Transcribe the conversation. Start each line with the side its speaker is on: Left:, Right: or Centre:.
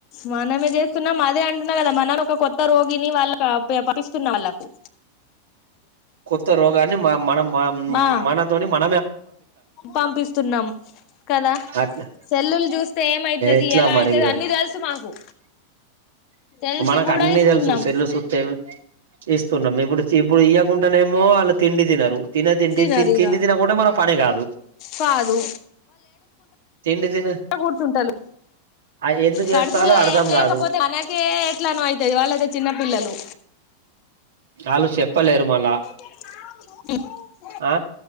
Left: మనమే చేస్తున్నాం అదే అంటున్నా కదా మన ఒక కొత్త రోగిని వాళ్ళక ప పంపిస్తున్నా వాళ్ళకు
Right: కొత్త రోగాన్ని మ మన
Left: మా
Right: మనతోని మన
Left: పంపిస్తున్నాం కదా
Right: అట్లా
Left: సెల్లులు చూస్తే ఏమయితది
Right: ఎట్లా
Left: ఎలా
Right: మరి
Left: అయితది అన్నీ తెలుసు మాకు తెలిసి
Right: మనకు
Left: కూడా
Right: అన్నీ
Left: ఇస్తున్నాం
Right: తెలుసు సెల్లు చూస్తే ఇస్తున్నాం ఇప్పుడు ఇప్పుడు ఇయ్య కుండనేమో వాళ్ళు తిండి తినరు. తిన తిండి
Left: తినరు
Right: తి
Left: ఇగ
Right: తిండి తినకుండా మన పని కాదు
Left: కాదు
Right: తిండి తిన
Left: ఇ కూర్చుంటాలు
Right: ఆ ఎందుకు
Left: కడుపులో
Right: ఏడుతాలో అర్ధం
Left: ఏం లేకపోతే
Right: కాదు
Left: మానక్ కే ఎట్లానొ అయితది వాళ్ళ చిన్న పిల్ లలు
Right: వాళ్ళు చెప్పలేరు
Left: <inaudible>
Right: మళ్ళా ఆ